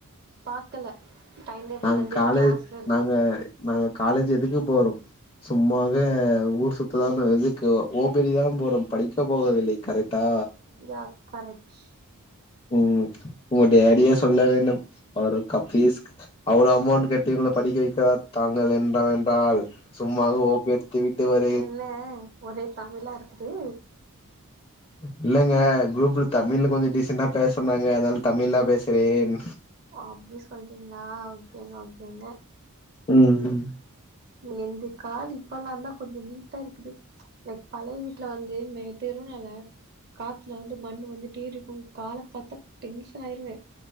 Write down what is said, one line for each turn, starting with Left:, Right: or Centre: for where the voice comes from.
Right: பாக்கல டைம் டேபிள்
Left: நாங்க
Right: வந்து
Left: காலேஜ்
Right: கிளஸ்ல இருக்கு
Left: நாங்க நாங்க காலேஜ் எதுக்கு போறோம் சும்மாக ஊர் சுத்துதா இதுக்கு ஓபரிதா போறோ படிக்க போகவில்லை கரெக்டா
Right: யா கரெக்ட்
Left: உம் உங்க டேடியா சொல்ல வேண்டும் அவர் ஒரு கபீஸ் அவ்ளோ அமௌண்ட்டு கட்டி உங்ளப் படிக வைக்கிறார் தாங்கள் என்ற வென்றால் சும்மாக ஓப்பி அடித் திவிட்டுவார்
Right: என்ன ஒரே தமிழா இருக்கு
Left: இல்லங்க குரூப்ல தமிழ்ல கொஞ்சம் டிசன்டா பேஸ் சொன்னாங்க அதால தமிழ்லா பேசுறேன்
Right: ஓ அப்டி சொல்டிங்களா ஓகேங்க ஓகேங்க
Left: உம்
Right: என்து காலி இப்பல்லான் தான் கொஞ்சம் நீட்டா இருக்குது லைக் பழைய வீட்ல வந்து மே தெரும் நால காத்துல வந்து மண்ணு வந்துட்டே ருக்கும் கால பாத்த டென்ஷன் ஆயிருவேன்